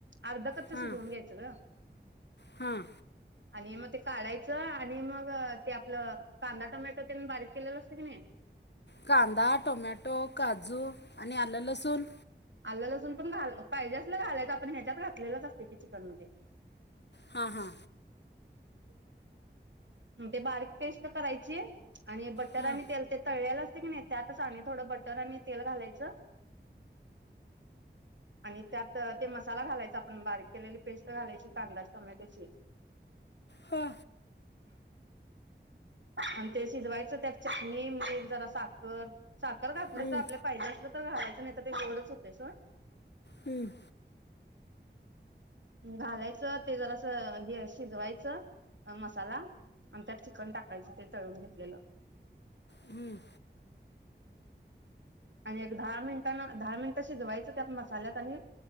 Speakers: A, on the right; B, on the left.
A: अर्ध कच्च
B: हां,
A: शिजवून घ्यायचं ग
B: हां.
A: आणि मग ते काढायचं आणि मग ते आपलं कांदा टोमॅटो तेन बारीक केलेला असतोय कणी
B: कांदा, टोमॅटो काजू आणि आलं लसूण
A: आल्ल लसून पण घाल पाहिजे असलं घालायच आपण ह्याच्यात घातलेलंच असतय की चिकन मध्ये
B: हा, हा.
A: <inaudible> ते बारीक पेस्ट करायची. आणि बटर
B: हां
A: आणि तेल ते तळ्याल अस असतय कणी त्यांतच थोडं बटर आणि तेल घालायचं. आणि त्यात तर ते मसाला घालायचा आपण बारीक केलेली पेस्ट घालायची, कांदा टमॅटोची.
B: हा
A: आणि ते शिजवायचं. त्यात चटणी, मीठ, जरा साखर साखर घातल
B: हम्म,
A: तर आपले पाहिजे असल तर घालायचं नाही तर ते गोडच होतंय सोड.
B: हम्म
A: घालायचं ते जरासं हे शिजवायचं. मसाला आणि त्यात चिकन टाक यंच ते तळून घेतलेलं.
B: हम्म
A: आणि एक दहा मिनिटांन, दहा मिनिटं शिजवायचं त्या मसाल्यात आणि